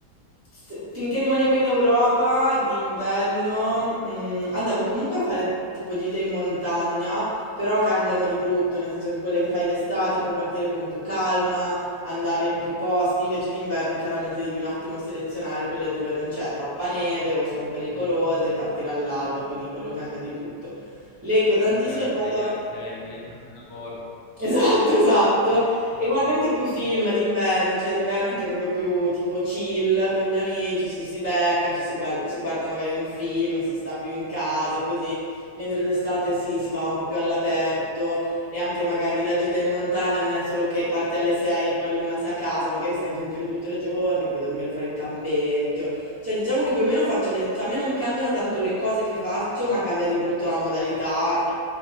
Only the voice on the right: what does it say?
s- Finché rimanevo in Europa d'inverno, mm, andavo comunque a fare tipo gite in montagna, però cambiano di brutto, nel senso che quelle che fai d'estate puoi partire con più calma, andare in più posti, invece d'inverno chiaramente devi un attimo selezionare quelle dove non c'è troppa neve o sono pericolose, partire all'alba, quindi quello cambia di brutto. Leggo tantissimo,
guardo...
Esatto,
esatto.
E guarda
anche più film d'inverno, cioè d'inverno anche proprio più tipo chill con gli amici, ci si becca, ci si guarda, si guarda magari un film, si sta più in casa, così, mentre d'estate sì, si va un po' più all'aperto e anche magari la gita in montagna non è solo che parti alle 6 e poi l'una sei a casa, magari stai anche in giro due o tre giorni, puoi dormire fuori in campeggio. Cioè diciamo che più o meno faccio le... cioè a me non cambiano tanto le cose che faccio, ma cambia di brutto la modalità